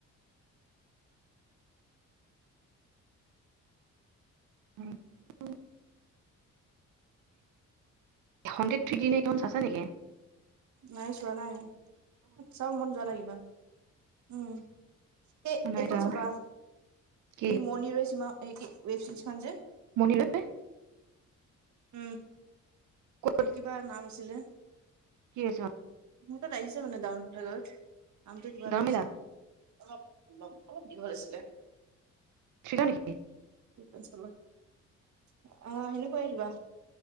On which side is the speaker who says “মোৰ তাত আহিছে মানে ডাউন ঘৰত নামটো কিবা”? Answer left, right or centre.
Right